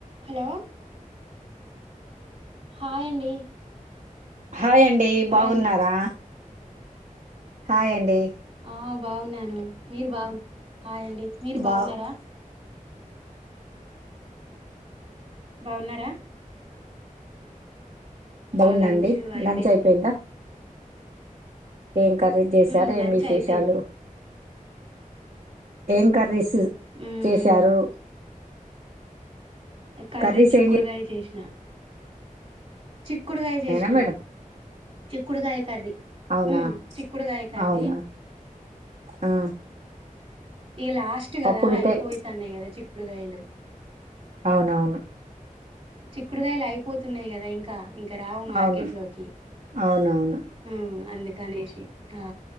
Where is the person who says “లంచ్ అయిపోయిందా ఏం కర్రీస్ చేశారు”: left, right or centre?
Right